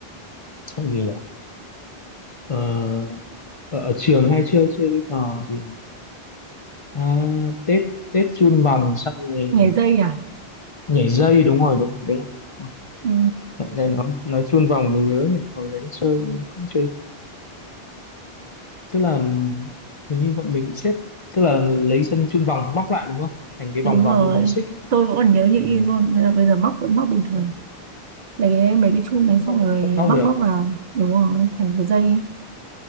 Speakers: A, on the left; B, on the right.
A: gì nhỉ ờ, ở, ở trường hay chơi chơi cái trò gì nhỉ? À, Tết Tết chun vòng xong thì
B: nhảy
A: à,
B: dây à
A: nhảy dây đúng rồi đúng rồi đúng rồi Ôi,
B: ừ,
A: lại đây nó nói chun vòng mình nhớ nhỉ hồi đấy chơi cũng chơi tức là hình như bọn mình xếp tức là lấy sân chun vòng móc lại đúng không thành cái
B: đúng
A: vòng vòng
B: rồi
A: như vòng xích ấy.
B: tôi vẫn còn nhớ như
A: Ừ,
B: in luôn bây giờ, bây giờ móc vẫn móc bình thường lấy mấy cái chum đấy
A: vẫn
B: xong
A: móc
B: rồi
A: vẫn móc
B: móc
A: được
B: móc vào đúng rồi thành cái dây ấy.